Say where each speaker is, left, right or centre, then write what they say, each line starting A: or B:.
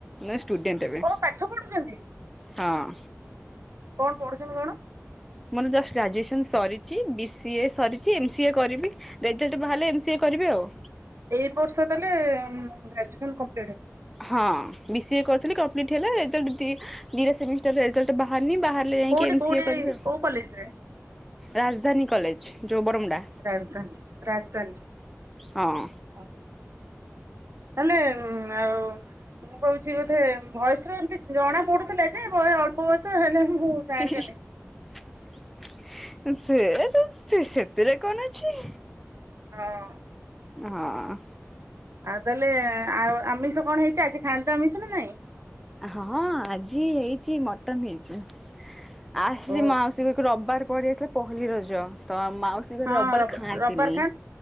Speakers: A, in the centre; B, on the right (about 60°).
A: ମୁଁ ଷ୍ଟୁଡେଣ୍ଟ ଏବେ
B: କଣ ପାଠ ପଢୁଛନ୍ତି?
A: ହଁ।
B: କଣ ପଢୁଛନ୍ତି କଣ?
A: ମୋର ଜଷ୍ଟ ଗ୍ରାଜୁଏସନ୍ ସରିଚି। ବି ସିଏ ସରିଚି। ଏମ୍ ସିଏ କରିବି। ରେଜେଲ୍ଟ ବାହାଲେ, ଏମ୍ ସିଏ କରିବି ଆଉ।
B: ଏଇ ବର୍ଷ ତାହେଲେ-ଏ-ଏମ୍ ଗ୍ରାଜୁଏସନ୍ କମ୍
A: ହଁ, ବି ସିଏ କରିଥିଲି କମ୍ପ୍ଲିଟ୍ ହେଲା, ରେଜଲ୍ଟ ଦି ଦିଇଟା ସେମିଷ୍ଟର ରେଜଲ୍ଟ ବାହାରନି। ବାହାରଲେ ଯାଇଁକି
B: କୋଉଠି
A: ଏମ୍
B: କୋଉଠି
A: ସି ଏ କରିବି। ଆଉ
B: କୋଉ କଲେଜ୍ ରେ?
A: ରାଜଧାନୀ କଲେଜ୍ ଯୋଉ ବରମୁଣ୍ଡା!
B: ରାଜଧାନୀ ରାଜଦାନୀ <inaudible>
A: ହଁ
B: ହେଲେ ଉମ୍ ଆଉ ମୁଁ କହୁଛି ବୋଧେ, ଭଏସ୍ ରେ ଏମିତି ଜଣା ପଡୁଥିଲା ଯେ, ବୟେ ଅଳ୍ପ ବୟସ ହେଲେ, ମୁଁ ଜାଣିପାରିଲିନି।
A: <unintelligible> ସେ-ସେ-ସେଥିରେ କଣ ଅଛି?
B: ହଁ।
A: ହଁ।
B: ଆଉ ତାହେଲେ ଆଉ ଆମିଷ କଣ ହେଇଛି! ଆଜି ଖାଆନ୍ତିତ ଆମିଷ ନା ନାଇଁ?
A: ହଁ, ଆଜି ହେଇଚି ମଟନ୍ ହେଇଚି। ଆସିଚି
B: ଓ
A: ମାଉସୀ ଘରକୁ ରବ୍ ବାର ପଡି ଯାଇଥିଲା ପହଲି ରଜ, ତ ମାଉସୀ <unintelligible> ଘରେ
B: ହଁ
A: ରବ୍ ବାର
B: ରବିବାର
A: ଖାଆନ୍ତିନି।